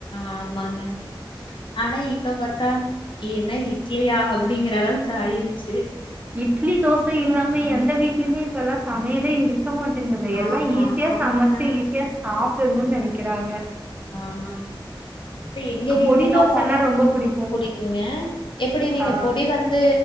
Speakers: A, on the left (about 70°); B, on the right (about 20°).
A: ஆமாங்க ஆனா இப்ப பாத்தா என்ன இட்லியா அப்டிங்கிற அளவுக்கு ஆயிருச்சு
B: இட்லி தோசை இல்லாமே
A: ம்.
B: எந்த வீட்லமே இப்ப எல்லா சமயலே இரு க்க மாட்டேங்குது எல்லா
A: ஆமா,
B: ஈஸியா
A: ஆமாங்க.
B: சமச்சு ஈஸியா சாப்ட்டுணுனு நெனக்கிறாங்க
A: ஆமா இப்ப எங்க வீட்ல
B: பொடி
A: எல்லா
B: தோசன்னா
A: பா
B: ரொம்ப புடிக்கு
A: புடிக்குங்க எப்டி நீங்க
B: ஆ
A: பொடி வந்து